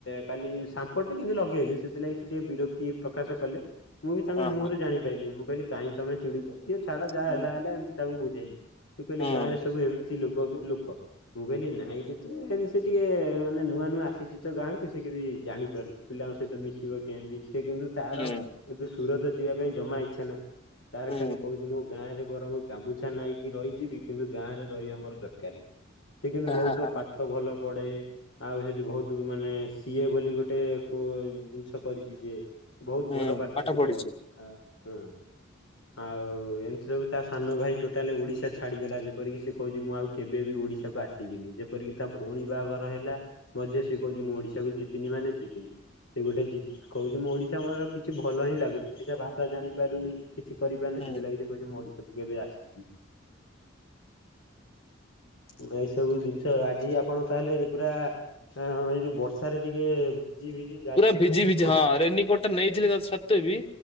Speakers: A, on the left (about 70°); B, on the left (about 30°).
A: କାଲି ସାମ୍ପ ଟା କିନ୍ତୁ ଲଗେଇଲେ ସେଥିଲାଗି ସେ ଟିକେ ବିରକ୍ତି ପ୍ରକାଶ କଲେ। ମୁଁ ବି ତାଙ୍କ
B: ହଁ
A: ମୁହଁରୁ
B: ହଁ
A: ଜାଣି ପାଇଲିି ମୁଁ କହିଁଲି କାଇଁ ତମ ଚିଡୁଛ ଦିଅ ଛାଡ ଯାହା
B: ହୁଁ
A: ହେଲା ଏମିତି ତାଙ୍କୁ ବୁଝେଇଲି। ସେ କହିଲେ
B: ହୁଁ
A: ଗାଁରେ ସବୁ ଏମିତି ଲୋକ <unintelligible> ଲୋକ ମୁଁ କହିଲି ନାଇରେ ତୁ ଏମିତି ତୁ ସେ ଟିକେ ମାନେ ନୂଆ ନୂଆ ଆସିଛି ତ ଗାଁକୁ ସେ କି ସେ ଜାଣିପାରୁନି ପିଲାଙ୍କ ସହିତ ମିଶିବ କେମତି? ସେ କିନ୍ତୁ ତାର
B: ହୁଁ
A: ଏବେ ସୁରତ ଯିବା ପାଇଁ ଜମା ଇଚ୍ଛା ନାହିଁ ତାର
B: ହୁଁ
A: ଖାଲି କହୁଛି ମୁଁ ଗାଁ ରେ ବରଂ ଗାମୁଛା ନାଇକି ରହିଯିବି କିନ୍ତୁ ଗାଁ ରେ ରହିବା ମୋର ଦରକାରେ। ସେ କିନ୍ତୁ
B: ହା
A: ବହୁତ
B: ହା ହା
A: ପାଠ ଭଲ ପଡେ ଆଉ ସେଠି ବହୁତ ମାନେ ସି ଏ ବୋଲି ଗୋଟେ କୋ ଜିନିଷ କରିଛି ସିଏ। ବହୁତ
B: ହୁଁ
A: ଭଲ ପାଠ ସେଠି
B: ପଢିଛି
A: ପଢୁଛି ଆ ହ ଆଉ ଏମିତି ସବ୍ ଯୋଉ ତା ସାନ ଭାଇ ଟୋଟାଲି ଓଡ଼ିଶା ଛାଡ଼ିଦେଲା ଯେପରିକି ସେ କହୁଛି ମୁଁ ଆଉ କେବେ ବି ଓଶାକୁ ଆସିବିନି ଯେପରି ତା ଭଉଣୀ ବାହାଘର ହେଲା ମ ସିଏ କହୁଛି ମୁଁ ଓଡିଶାକୁ ଯିବିନି ମାନେ ଯିବି ଚି ସେ ଗୋଟେ ଜି କହୁଛି ମୁଁ ଓଡିଶା ମୋର କିଛି ଭଲ ହିଁ ଲାଗୁନି ଓଡିଶା ଭାଷାଣିପାରୁନି କି କିଛି କରିପାରୁନି
B: ହୁଁ।
A: ସେଥିଲାଗି ସେ କହୁଛି ମୁଁ ଓଡିଶାକୁ କେବେ ଆସିବିନି। ହଁ ଏସବୁ ଜିନିଷ ଆଜି ଆ ଆପଣ ତାହେଲେ ପୁରା ଆ ଏଇ ଯୋଉ ବର୍ଷାରେ ଟିକେ ଭିଜି ଯାଇଥିବେ
B: ପୁରା ଭିଜି ଭିଜି
A: କ
B: ହଁ ରେନିକୋଟ ଟା ନେଇଥିଲେ ସତ୍ତ୍ୱେ ବି